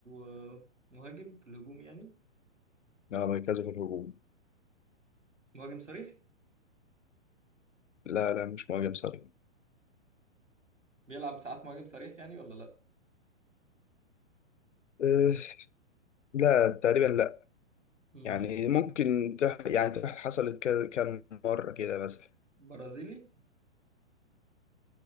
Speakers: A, on the right; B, on the left.
A: آه مهاجم في الهجوم يعني
B: اه مركزه في الهجوم
A: مهاجم صريح
B: لا لا مش مهاجم صريح
A: بيلعب ساعات مهاجم صريح يعني ولا
B: أه لا تقريبا لا
A: لا
B: يعني ممكن تح... يعني تح... حصلت ك... كام مرة كده مثلا
A: برازيلي